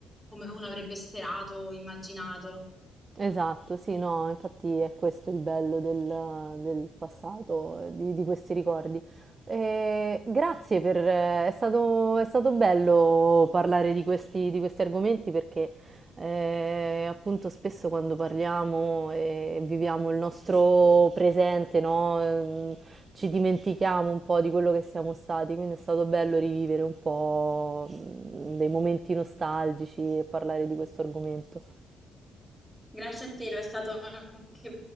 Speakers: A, in the centre; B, on the right.
A: come uno avrebbe sperato o immaginato.
B: Esatto, sì, no, infatti è questo il bello del, del passato, eh, di, di questi ricordi. Eh, grazie per, eh, è stato, è stato bello parlare di questi, di questi argomenti perché eh, appunto spesso quando parliamo e viviamo il nostro presente, no, ehm, ci dimentichiamo un po' di quello che siamo stati, quindi è stato bello rivivere un po' mm, dei momenti nostalgici e parlare di questo argomento.
A: Grazie a te, lo è stato anche